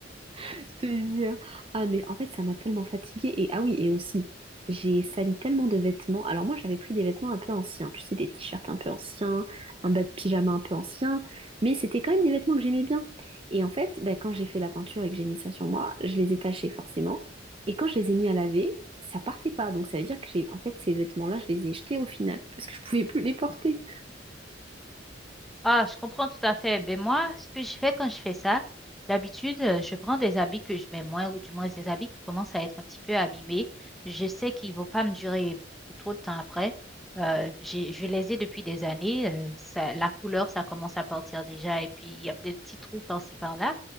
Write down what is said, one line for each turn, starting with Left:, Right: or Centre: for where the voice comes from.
Right: Je te jure. Ah, mais en fait, ça m'a tellement fatiguée. Et ah oui, et aussi, j'ai sali tellement de vêtements. Alors moi, j'avais pris des vêtements un peu anciens, tu sais, des t-shirts un peu anciens, un bas de pyjama un peu ancien, mais c'était quand même des vêtements que j'aimais bien. Et en fait, bah, quand j'ai fait la peinture et que j'ai mis ça sur moi, je les ai tachés forcément. Et quand je les ai mis à laver, ça partait pas. Donc ça veut dire que j'ai, en fait, ces vêtements-là, je les ai jetés au final parce que je pouvais plus les porter.
Centre: Ah, je comprends tout à fait. Ben moi, ce que je fais quand je fais ça, d'habitude, euh, je prends des habits que je mets moins, ou du moins des habits qui commencent à être un petit peu abîmés. Je sais qu'ils vont pas me durer trop de temps après. Euh, j'ai, je les ai depuis des années. euh, ça, la couleur, ça commence à partir déjà, et puis il y a des petits trous par-ci par-là.